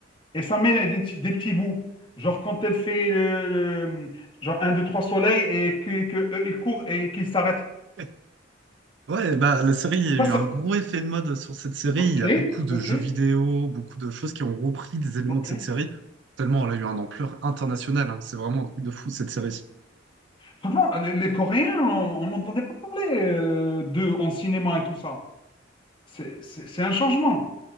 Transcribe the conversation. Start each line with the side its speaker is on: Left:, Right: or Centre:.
Left: Et ça met des, des petits bouts. Genre quand elle fait le, le- genre un 2, 3 soleils et que, que eux, ils courent et qu'ils s'arrêtent.
Right: Eh, Ouais, bah, la série, il y a eu
Left: Ça, ça-
Right: un gros effet de mode sur cette série.
Left: Ok,
Right: Il y a beaucoup de
Left: ok,
Right: jeux vidéo, beaucoup de choses qui ont repris des éléments
Left: ok.
Right: de cette série. Tellement elle a eu un ampleur internationale. hein. C'est vraiment un truc de fou, cette série.
Left: Franchement, les, les Coréens, on on n'entendait pas parler euh, d'eux en cinéma et tout ça. C'est c'est- c'est un changement.